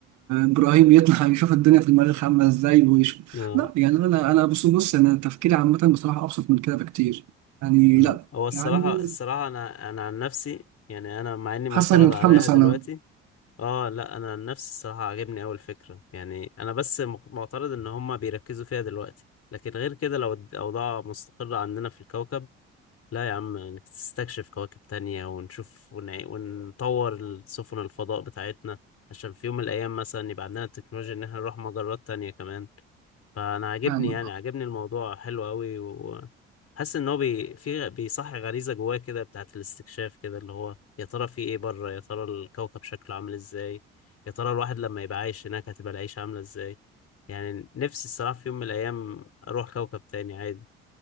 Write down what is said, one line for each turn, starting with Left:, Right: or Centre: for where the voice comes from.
Right: ابراهيم يطلع <laughs> يشوف الدنيا في المريخ عامله ازاي
Left: اه
Right: لا يعني انا انا بص بص انا تفكيري عامه بصراحه ابسط من كده بكتير يعني
Left: مم.
Right: لا
Left: هو الصراحة
Right: يعني
Left: الصراحة انا انا عن نفسي يعني انا مع اني معترض
Right: حاسك متحمس
Left: عليها دلوقتي
Right: انا
Left: اه لا انا عن نفسي الصراحه عجبني اول فكره يعني انا بس مق- معترض ان هما بيركزوا فيها دلوقتي لكن غير كده لو الاوضاع مستقره عندنا في الكوكب لا يا عم نستكشف كواكب تانية ونشوف ونع- ونطور سفن الفضاء بتاعتنا عشان في يوم من الايام مثلا يبقى عندنا التكنولوجيا ان احنا نروح مجرات تانية كمان فانا عاجبني
Right: فاهم
Left: يعني عاجبني الموضوع حلو قوي وحاسس ان هو بي في بيصحي غريزه جواه كده بتاعت الاستكشاف كده اللي هو يا ترى في ايه بره يا ترى الكوكب شكله عامل ازاي يا ترى الواحد لما يبقى عايش هناك هتبقى العيشه عامله ازاي يعني نفسي الصراحه في يوم من الايام اروح كوكب تاني عادي